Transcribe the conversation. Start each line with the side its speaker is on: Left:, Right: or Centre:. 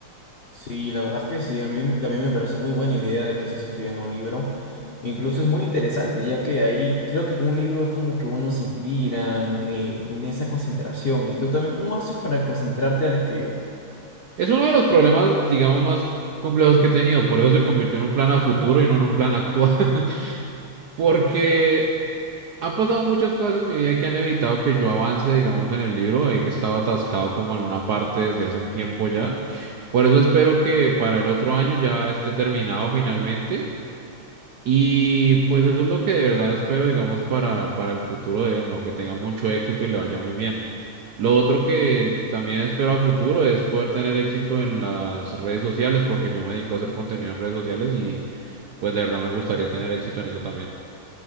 Left: Sí, la verdad es que sí, a mí me- también me parece muy buena idea de que estés escribiendo un libro. Incluso es muy interesante, ya que ahí creo que con un libro es como que uno se inspira, eh, tiene esa concentración. ¿Y tú también cómo haces para concentrarte al escribir?
Right: Es uno de los problemas, digamos, más complejos que he tenido, por eso se convirtió en un plan a futuro y no en un plan actual, <laughs> porque han pasado muchas cosas en mi vida que han evitado que yo avance, digamos, en el libro, de que estaba atascado como en una parte desde hace un tiempo ya. Por eso espero que para el otro año ya esté terminado finalmente. Y pues eso es lo que de verdad espero, digamos, para, para el futuro de él, ¿no? Que tenga mucho éxito y le vaya muy bien. Lo otro que también espero a futuro es poder tener éxito en las redes sociales, porque yo me dedico a hacer contenido en redes sociales y pues de verdad me gustaría tener éxito en eso también.